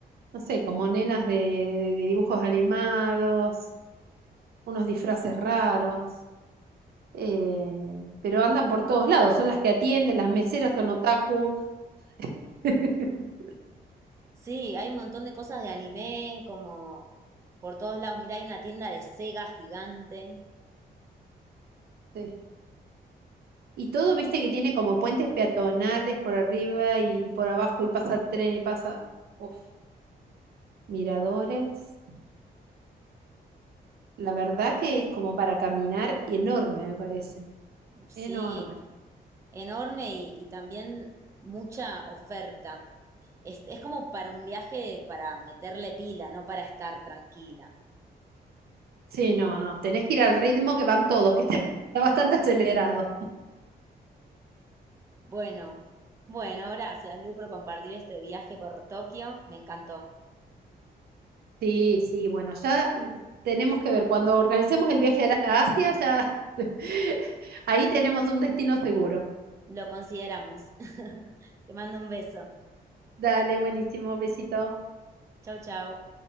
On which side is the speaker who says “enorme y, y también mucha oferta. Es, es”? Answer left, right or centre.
Right